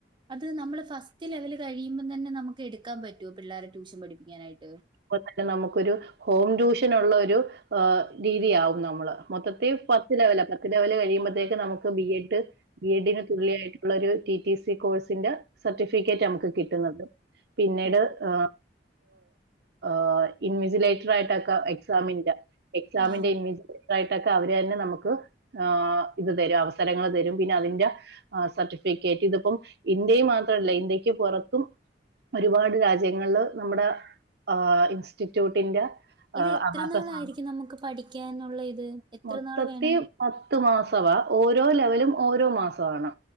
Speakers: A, on the right; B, on the right.
A: അത് നമ്മള് ഫസ്റ്റ് ലെവൽ കഴിയുമ്പോം തന്നെ നമുക്ക് എടുക്കാൻ പറ്റോ പിള്ളേരെ ട്യൂഷൻ പഠിപ്പിക്കാനായിട്ട്
B: അ തന്നെ നമുക്കൊരു ഹോം ട്യൂഷൻ ഉള്ള ഒരു രീതിയാകും നമ്മള് മൊത്തത്തി പത്ത് ലെവല പത്ത് ലെവൽ കഴിയ്പഴത്തേക്കക്ക് നമുക്ക് ബി എഡ് ബി എഡിന് തുള്ളിയായിട്ട് ഉള്ള ഒരു ടി ടി സി കോഴ്സിന്റെ സർട്ടിഫിക്കറ്റ് നമുക്ക് കിട്ടുന്നത് പിന്നീട്
A: ഓ
B: ആ ആ ഇൻവിസിലേറ്റർ ആയിട്ടൊക്ക എക്സാമിന്റെ എക്സാമിന്റെ
A: ആഹ്
B: ഇന് ഇതായിട്ടൊക്കെ അവര് തന്നെ നമുക്ക് ആ ഇത് തരും അവസരങ്ങൾ തരും പിന്നെ അതിന്റെ ആ സർട്ടിഫിക്കറ്റ് ഇതിപ്പം ഇന്ത്യയിൽ മാത്രല്ല ഇന്ത്യക്ക് പുറത്തും ഒരുപാട് രാജ്യങ്ങളില് നമ്മുടെ ഏ ഇൻ ഇൻസ്റ്റിറ്റ്യൂട്ടിന്റെ ആഹ്
A: ഇത് എത്ര
B: അഹാത്തസാണ്
A: നാളായിരിക്കും നമുക്ക് പഠിക്കാനുള്ള ഇത് എത്ര
B: മൊത്തത്തി
A: നാള് വേണം
B: പത്ത് മാസവാ ഓരോ ലെവലും ഓരോ മാസമാണ്